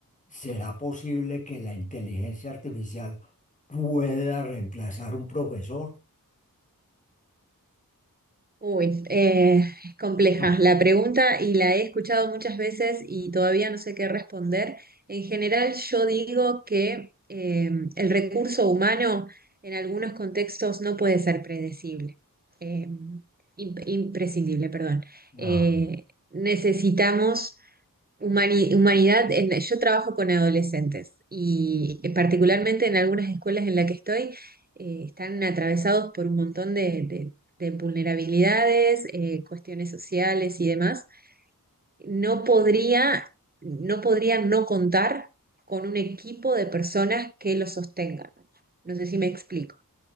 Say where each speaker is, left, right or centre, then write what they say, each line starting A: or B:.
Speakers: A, on the left (about 20°); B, on the right (about 25°).
A: ¿será posible que la inteligencia artificial pueda reemplazar un profesor?
B: Uy, eh, es compleja
A: <laughs>
B: la pregunta y la he escuchado muchas veces y todavía no sé qué responder. En general, yo digo que eh, el recurso humano en algunos contextos no puede ser predecible, eh, imp- imprescindible, perdón.
A: Ah,
B: Eh, necesitamos Humani- humanidad, en- yo trabajo con adolescentes y eh, particularmente en algunas escuelas en las que estoy, eh, están atravesados por un montón de, de- de vulnerabilidades, eh, cuestiones sociales y demás. No podría, no podría no contar con un equipo de personas que los sostengan. No sé si me explico.